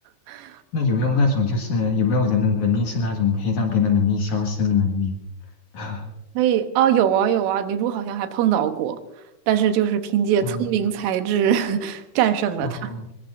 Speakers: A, on the right; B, on the left.
A: <laughs>
B: 那有没有那种就是有没有人的能力是那种可以让别人的能力消失的能力？<laughs>
A: 可以啊，有啊有啊，女主好像还碰到过，但是就是凭借聪明才智
B: 嗯
A: <laughs> 战胜了她。
B: 哦。